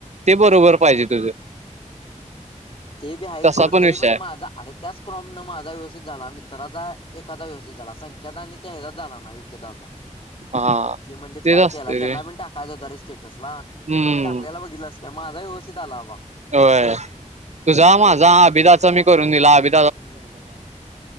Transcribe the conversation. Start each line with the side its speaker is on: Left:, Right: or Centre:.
Right: ते बरोबर पाहिजे तुझं
Left: ते बी आहे
Right: तसा
Left: सोड तरी
Right: विषय
Left: पण
Right: आहे
Left: बघ. <unintelligible> क्रॉम न माझा व्यवस्थित झाला, मित्राचा एखादा व्यवस्थित झाला. संख्याचा आणि त्या ह्याचाच झाला नाही विकीदाचा.
Right: हा
Left: ति म्हटलीत
Right: तेच
Left: काय
Right: असते
Left: केलाय, त्यांना
Right: रे
Left: पण टाक. कालच होता रे स्टेटसला.
Right: हम्म
Left: मी टाकलेला बघितलास काय, माझा व्यवस्थित आला बाबा.
Right: होय, तुझा माझा अभिदाचा मी करून दिला व्यव
Left: हम्म.